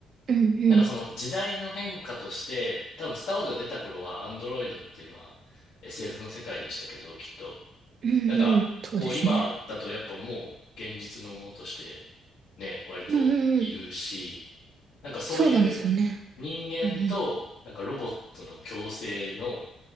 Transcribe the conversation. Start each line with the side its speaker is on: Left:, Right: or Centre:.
Right: うんうん。
Left: なんかその時代の変化として、多分スター・ウォーズが出た頃はアンドロイドっていうのは SF の世界でしたけど、きっと。
Right: うんうん。
Left: なんか、
Right: そうですね。
Left: こう今だとやっぱもう現実のものとしてね、割といるし、
Right: うんうんうん。
Left: なんかそういう
Right: そうなんですよね。
Left: 人間となんかロボットの共生の
Right: うんうん